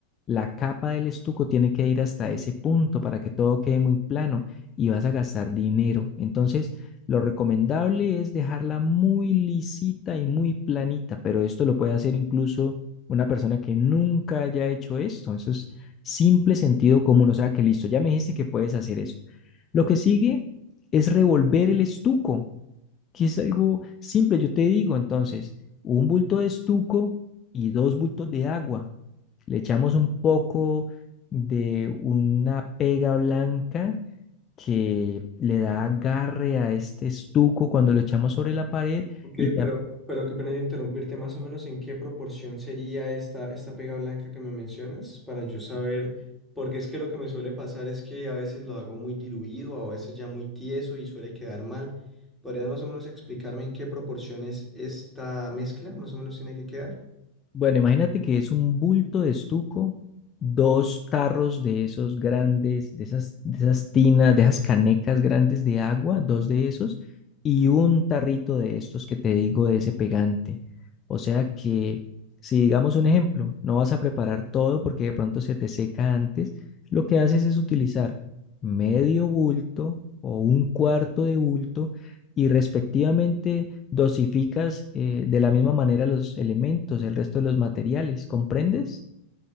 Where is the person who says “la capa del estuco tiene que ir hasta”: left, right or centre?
Left